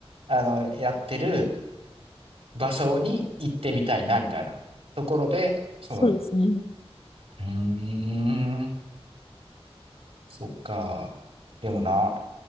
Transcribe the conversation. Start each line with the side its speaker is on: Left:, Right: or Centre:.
Right: あの、やってる、場所に行ってみたいな、みたいなところで、その、
Left: そうですね。
Right: うーん、そっか。でもな、